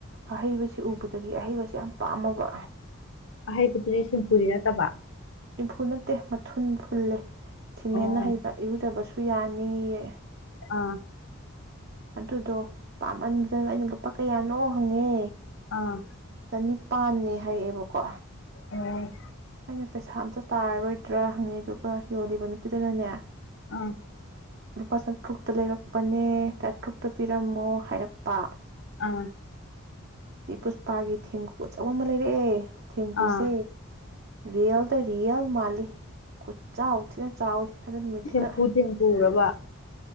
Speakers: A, on the right; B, on the left.
A: ꯑꯍꯩꯕꯁꯤ ꯎꯕꯗꯒꯤ ꯑꯍꯩꯕꯁꯤ ꯌꯥꯝ ꯄꯥꯝꯃꯕ
B: ꯑꯍꯩꯕꯗꯨꯗꯤ ꯁꯤꯝꯐꯨꯔꯤ ꯅꯠꯇꯕ
A: ꯏꯝꯐꯨ ꯅꯠꯇꯦ ꯃꯊꯨꯟ ꯐꯨꯜꯂꯦ ꯁꯤꯃꯦꯟꯅ
B: ꯑꯣ
A: ꯍꯩꯕ ꯏꯔꯨꯗꯕꯁꯨ ꯌꯥꯅꯤꯌꯦ
B: ꯑꯥ
A: ꯑꯗꯨꯗꯣ ꯄꯥꯝꯃꯟꯈꯤꯗꯅ ꯑꯩꯅ ꯂꯨꯄꯥ ꯀꯌꯥꯅꯣ ꯍꯪꯉꯦ
B: ꯑ
A: ꯑꯅꯤꯄꯥꯟꯅꯦ ꯍꯥꯏꯛꯑꯦꯕꯀꯣ
B: ꯎꯝ
A: ꯅ ꯄꯩꯁꯥ ꯑꯝꯇ ꯇꯥꯔꯔꯣꯏꯗ꯭ꯔꯥ ꯍꯪꯉꯦ ꯑꯗꯨꯒ ꯌꯣꯜꯂꯤꯕ ꯅꯨꯄꯤꯗꯨꯅꯅꯦ
B: ꯑꯥ
A: ꯂꯨꯄꯥ ꯆꯥꯇ꯭ꯔꯨꯛꯇ ꯂꯩꯔꯛꯄꯅꯦ ꯇ꯭ꯔꯨꯛꯇ ꯄꯤꯔꯝꯃꯣ ꯍꯥꯏꯔꯛꯄ
B: ꯑꯥ
A: ꯏꯄꯁꯄꯥꯒꯤ ꯊꯦꯡꯒꯨ ꯄꯣꯠꯆꯧꯕ ꯑꯃ ꯂꯩꯔꯑꯦ ꯊꯦꯡꯀꯨꯁꯦ
B: ꯑꯥ
A: ꯔꯤꯌꯦꯜꯗ ꯔꯤꯌꯦꯜ ꯃꯥꯜꯂꯤ ꯈꯨꯠꯁ ꯍꯊꯤꯅ ꯆꯥꯎꯋꯤ ꯑꯗꯨ ꯅꯨꯃꯤꯠꯇꯨꯗ
B: ꯁꯦꯝꯐꯨ ꯊꯦꯡꯐꯨꯔꯕ